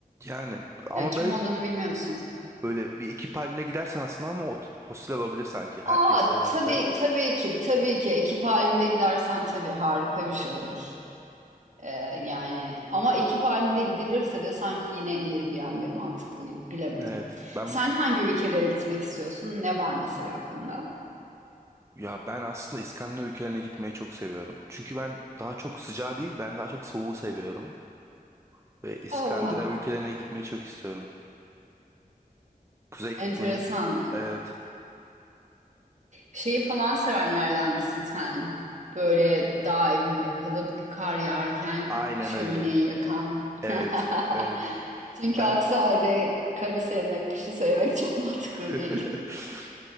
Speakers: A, on the right (about 20°); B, on the right (about 50°).
A: Yani ama
B: Ya kim
A: böyle
B: olduğunu bilmiyorsun.
A: böyle bir ekip haline gidersen aslında ama o hostel olabilir sanki. Herkese
B: Aa
A: verse.
B: tabii tabii ki tabii ki ekip halinde gidersen tabii harika bir şey olur. Ee, yani ama ekip halinde gidilirse de sanki yine Airbnb mantıklı gibi bilemedim.
A: Evet. Ben
B: Sen hangi ülkelere gitmek istiyorsun? Ne var mesela aklında?
A: Ya ben aslında İskandinav ülkelerine gitmeyi çok seviyorum. Çünkü ben daha çok sıcağı değil, ben daha çok soğuğu seviyorum. Ve İskandinav
B: Oh wow.
A: ülkelerine gitmeyi çok istiyorum. Kuzey Kutbu'nu.
B: Enteresan.
A: Evet.
B: Şeyi falan sevenlerden misin sen? Böyle dağ evinde kalıp kar yağarken
A: Aynen
B: şömineyi
A: öyle.
B: yakan.
A: Evet.
B: <laughs>
A: Evet.
B: Çünkü
A: Ben...
B: aksi halde karı sevmek, kışı sevmek çok mantıklı
A: <laughs>
B: değil.